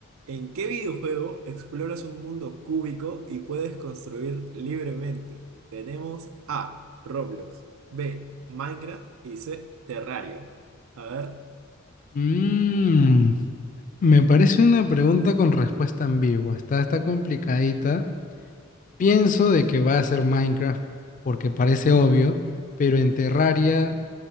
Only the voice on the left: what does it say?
Mm, me parece una pregunta con respuesta ambigua. Está, está complicadita. Pienso de que va a ser Minecraft porque parece obvio, pero en Terraria